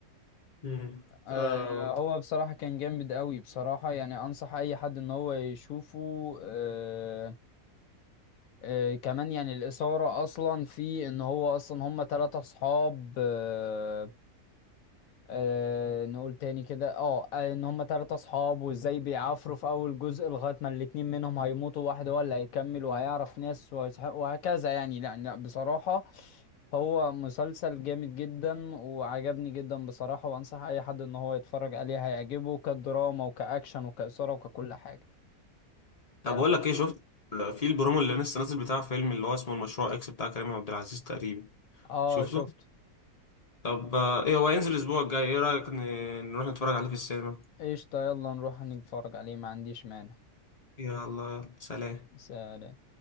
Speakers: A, on the left (about 45°); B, on the left (about 70°).
A: مم.
B: آه
A: اه
B: هو بصراحة كان جامد قوي بصراحة يعني انصح اي حد ان هو يشوفه آه آه كمان يعني الاثارة اصلا في ان هو اصلا هم ثلاثة اصحاب آه أه نقول تاني كده اه آه، ان هم تلاتة اصحاب وازاي بيعافروا في اول جزء لغاية ما الاتنين منهم هيموتوا واحد هو اللي هيكمل وهيعرف ناس وهيصح- وهكذا يعني لا لا بصراحة هو مسلسل جامد جدا وعجبني جدا بصراحة وانصح اي حد ان هو يتفرج عليه هيعجبه كدراما وكأكشن وكإثارة وككل حاجة
A: طب
B: يعني
A: بقول لك ايه شفت في البرومو اللي لسه نازل بتاع فيلم اللي هو اسمه المشروع اكس بتاع كريم عبد العزيز تقريبا
B: اه
A: شفته
B: شفته
A: طب آه، ايه هو هينزل الاسبوع الجاي ايه رأيك ن- نروح نتفرج عليه في السينما
B: قشطة يلا نروح نتفرج عليه ما عنديش مانع
A: يلا يلا سلام
B: سلام